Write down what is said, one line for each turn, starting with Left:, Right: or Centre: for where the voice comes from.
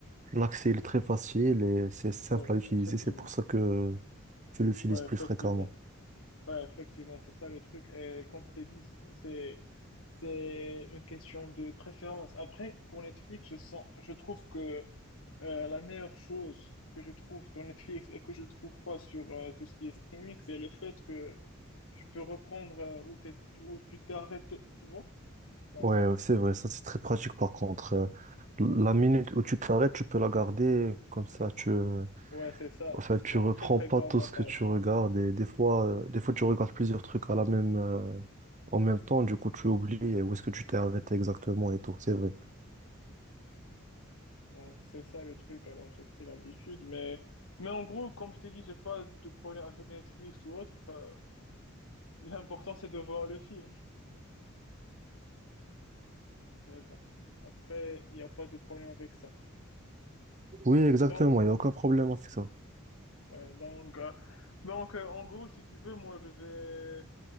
Right: l'accès il est très facile et c'est simple
Left: Ouais,
Right: à utiliser.
Left: effectivement.
Right: C'est pour ça que tu l'utilises
Left: Ouais,
Right: plus
Left: effectivement.
Right: fréquemment.
Left: Ouais, effectivement, c'est ça le truc. Et comme je t'ai dit, c'est c'est une question de préférence. Après, pour Netflix, je sens je trouve que Euh, la meilleure chose que je trouve sur Netflix et que je trouve pas sur euh, tout ce qui est streaming, c'est le fait que tu peux reprendre euh, où t'es- où tu t'es arrêté, tu vois? Genre,
Right: Ouais, ouais, c'est vrai. Ça c'est très pratique par contre. Euh, La
Left: euh, ouais,
Right: minute où tu t'arrêtes, tu peux la garder comme ça. Tu, euh,
Left: ouais, c'est ça,
Right: enfin,
Left: c'est c'est
Right: tu
Left: un
Right: reprends
Left: très très
Right: pas
Left: grand
Right: tout
Left: avantage.
Right: ce que tu regardes et des fois, euh, des fois tu regardes plusieurs trucs à la même, euh, en même temps. Du coup, tu oublies où est-ce que tu t'es arrêté exactement et tout. C'est vrai.
Left: Donc c'est ça le truc. Alors j'ai pris l'habitude, mais mais en gros, comme je t'ai dit, j'ai pas de problème avec Netflix ou autre. Euh, <laughs> l'important c'est de voir le film. Mais bon, après il n'y a pas de problème avec ça.
Right: Oui, exactement,
Left: Tant
Right: il n'y a aucun problème avec ça.
Left: Ouais, donc, euh, donc euh, en gros, si tu veux, moi, je vais,